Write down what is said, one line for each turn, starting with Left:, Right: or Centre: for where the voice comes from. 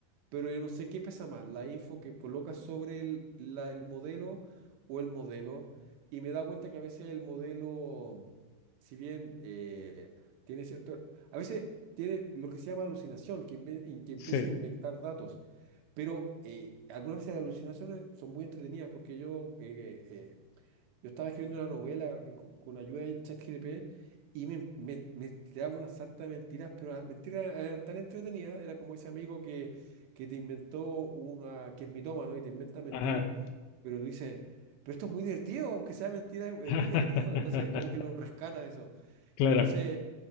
Right: pero yo no sé qué pesa más, la info que colocas sobre el, la- el modelo o el modelo, y me he dado cuenta que a veces el modelo, mm, si bien eh, tiene cierto, a veces tiene lo que se llama alucinación, que, inve- en que empieza
Left: Sí,
Right: a inventar datos, pero eh, algunas veces las alucinaciones son muy entretenidas porque yo eh, eh, yo estaba escribiendo una novela eh, con, con ayuda de ChatGPT y me, me, me tiraba una sarta de mentiras, pero las mentiras eran tan entretenidas, era como ese amigo que, que te inventó una, que es mitómano y te inventa mentiras,
Left: ajá.
Right: pero tú dices, pero esto es muy divertido, aunque sea mentira, es es
Left: <laughs>
Right: muy divertido. Entonces, como que lo rescatas eso.
Left: Claro.
Right: Entonces,